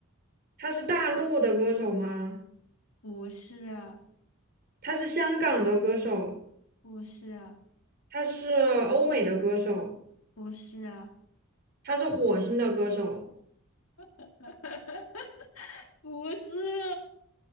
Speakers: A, on the right; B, on the left.
A: 他是大陆的歌手吗？
B: 不是，
A: 他是香港的歌手？
B: 不是，
A: 他是欧美的歌手？
B: 不是，
A: 他是火星的歌手？
B: <laughs> 不是，